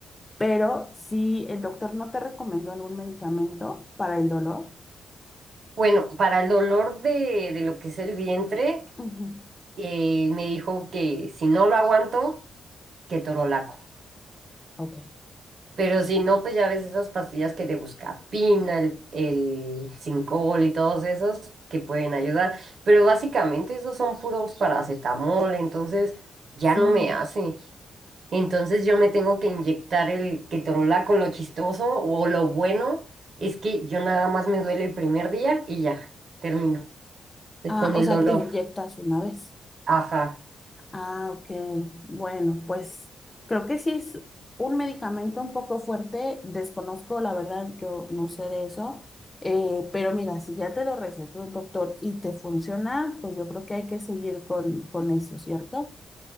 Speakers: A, on the left; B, on the right.
A: Pero si el doctor no te recomendó algún medicamento para el dolor,
B: Bueno, para el dolor de, de lo que es el vientre,
A: Ujú,
B: eh, me dijo que si no lo aguanto, que torolaco.
A: ok,
B: Pero si no, pues ya ves esas pastillas que de buscapina, el, el Sincol y todos esos que pueden ayudar. Pero básicamente esos son puros paracetamol, entonces ya
A: sí.
B: no me hace. Entonces yo me tengo que inyectar el ketorolaco, lo chistoso o lo bueno es que yo nada más me duele el primer día y ya, termino. de-
A: Ah,
B: con
A: o
B: el
A: sea,
B: dolor.
A: te inyectas una vez.
B: Ajá.
A: Ah, ok. Bueno, pues creo que sí es un medicamento un poco fuerte. Desconozco, la verdad, yo no sé de eso. Eh, pero mira, si ya te lo recetó el doctor y te funciona, pues yo creo que hay que seguir con, con eso, ¿cierto?